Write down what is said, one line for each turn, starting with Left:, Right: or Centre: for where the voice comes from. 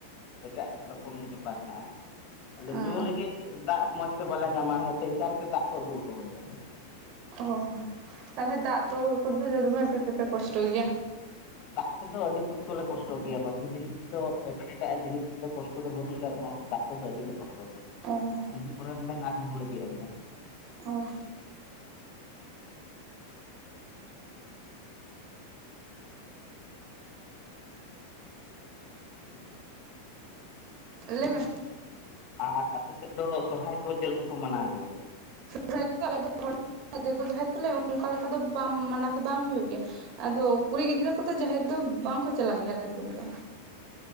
Left: ᱮᱴᱟᱜ ᱨᱚᱠᱚᱢ ᱵᱮᱯᱟᱨ ᱦᱮᱱᱟᱜᱼᱟ᱾ ᱟᱞᱮ
Right: ᱚ
Left: ᱧᱩ ᱞᱟᱹᱜᱤᱫ ᱫᱟᱜ ᱢᱚᱡᱽ ᱛᱮ ᱵᱟᱞᱮ ᱧᱟᱢᱟ ᱦᱟᱱᱮ ᱴᱮᱝᱠᱟᱨ ᱛᱮ ᱫᱟᱜ ᱠᱚ ᱟᱹᱜᱩ ᱦᱚᱴᱚ ᱟᱫᱮᱭᱟ
Right: ᱚ ᱛᱟᱞᱦᱮ ᱫᱟᱜ ᱛᱮᱫᱚ ᱫᱚᱢᱮ ᱜᱮᱯᱮ ᱠᱚᱥᱴᱚ ᱜᱮᱭᱟ
Left: ᱫᱟᱜ ᱛᱮᱫᱚ ᱟᱹᱰᱤ ᱥᱚᱠᱛᱚ ᱞᱮ ᱠᱚᱥᱴᱚ ᱜᱮᱭᱟ ᱵᱟᱹᱠᱤ ᱡᱤᱱᱤᱥ ᱫᱚ ᱮᱴᱟᱜ ᱮᱴᱟᱜ ᱡᱤᱱᱤᱥ ᱫᱚ ᱠᱚᱥᱴᱚ ᱠᱚᱥᱴᱚ ᱫᱚ ᱵᱟᱹᱱᱩᱜ ᱞᱮ ᱨᱮᱦᱚᱸ ᱫᱟᱜ ᱛᱮᱫᱚ ᱟᱹᱰᱤᱞᱮ ᱠᱚᱥᱴᱚ ᱜᱮᱭᱟ
Right: ᱚ
Left: ᱩᱱ ᱠᱚᱨᱮᱢ ᱢᱮᱱᱟ ᱨ ᱠᱮᱫᱼᱟ ᱞᱮ <unintelligible>
Right: ᱚ
Left: <inaudible>
Right: ᱞᱟᱹᱭ ᱢᱮ
Left: ᱟᱨ ᱟᱯᱮ ᱥᱮᱫ ᱫᱚ ᱥᱚᱨᱦᱟᱭ ᱠᱚ ᱪᱮᱫ ᱞᱮᱠᱟ ᱠᱚ ᱢᱟᱱᱟᱣ ᱜᱮᱭᱟ
Right: ᱟᱞᱮ ᱫᱚ ᱟᱫᱚ <unintelligible> ᱛᱟᱞᱮ ᱚᱱᱠᱟ ᱞᱮᱠᱟ ᱫᱚ ᱵᱟᱢ ᱢᱟᱱᱟᱣ ᱫᱚ ᱵᱟᱝ ᱦᱩᱭᱩᱜ ᱜᱮᱭᱟ᱾ ᱟᱫᱚ ᱠᱩᱲᱤ ᱜᱤᱫᱽᱨᱟᱹ ᱠᱚ ᱚᱫᱚ ᱡᱟᱦᱮᱨ ᱫᱚ ᱵᱟᱝ ᱠᱚ ᱪᱟᱞᱟᱜ ᱜᱮᱭᱟ ᱟᱞᱮ ᱟᱛᱩ ᱨᱮᱫᱚ᱾